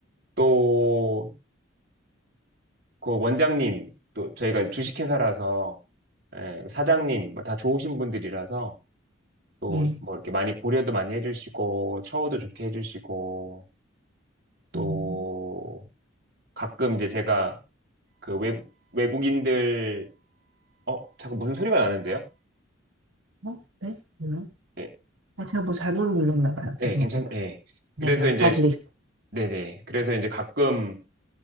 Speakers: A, on the right; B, on the right.
A: 또 그 원장님 또 저희가 주식회사라서 예, 사장님 뭐다 좋으신 분들이라서 또
B: 음,
A: 뭐 이렇게 많이 고려도 많이 해주시고 처우도 좋게 해주시고 또
B: 음.
A: 가끔 이제 제가 그 외, 외국인들, 어, 잠깐 무슨 소리가 나는데요?
B: 어? 네? 뭐요?
A: 네,
B: 아, 제가 뭐 잘못 눌렀나 봐요. 죄송합니다.
A: 네, 괜찮, 네.
B: 네네,
A: 그래서 이제,
B: 잘 들리,
A: 네네. 그래서 이제 가끔